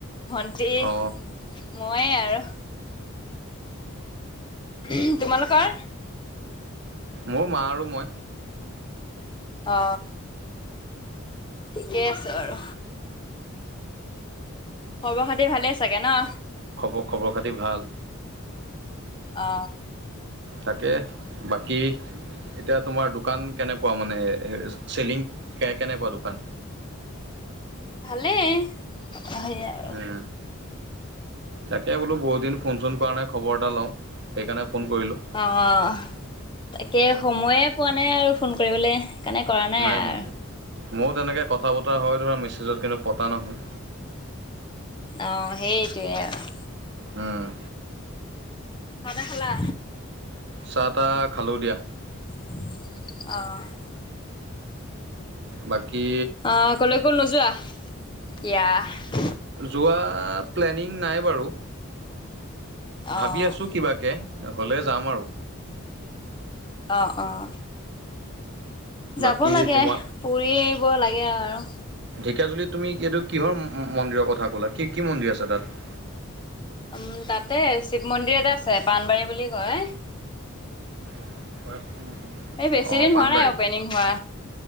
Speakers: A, on the left; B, on the right.
A: ভণ্টি,
B: অ
A: মইয়ে আৰু। উম, তোমালোকৰ?
B: মোৰ মা আৰু মই।
A: অ, ঠিকেই আছে বাৰু। খবৰ-খাটি ভালেই চাগে ন?
B: খবৰ-খবৰ-খাতি ভাল
A: অ
B: তাকে বাকী! এতিয়া তোমাৰ দোকান কেনেকুৱা মানে? চেলিং কে, কেনেকুৱা দোকান?
A: ভালেই, সেইয়া আৰু।
B: উম তাকে বোলোঁ বহুতদিন ফোন-চোন কৰা নাই, খবৰ এটা লওঁ। সেইকাৰণে ফোন কৰিলোঁ।
A: অঁ' তাকে সময়ে পোৱা নাই আৰু ফোন কৰিবলে সেইকাৰণে কৰা
B: নাই,
A: আৰু
B: ময়ো তেনেকে কথা-বতৰা হয় ধৰা, মেছেজত কিন্তু পতা নহয়।
A: অ'সেইটোৱে আৰু।
B: উম।
A: চাহ-টাহ খালা?
B: চাহ-টাহ খালোঁ দিয়া।
A: অঁ।
B: বাকী
A: অ কলৈকো নোযোৱা এতিয়া?
B: যোৱা প্লেনিং নাই বাৰু। ভাবি
A: অ',
B: আছো কিবাকে, হলে যাম আৰু।
A: অঁ অঁ। যাব
B: বাকী
A: লাগে,
B: তোমাৰ
A: পুৰি আহিব লাগে আৰু।
B: ঢেকীয়াজুলিত তুমি এইটো কিহৰ মন্দিৰৰ কথা ক'লা? কি, কি মন্দিৰ আছে তাত?
A: উম, তাতে শিৱ মন্দিৰ এতে আছে, পাণবাৰী বুলি কয়।
B: <unintelligible>
A: এই বেছি
B: অ'
A: দিন
B: পানবাৰী।
A: হোৱা নাই অপেনিং হোৱা।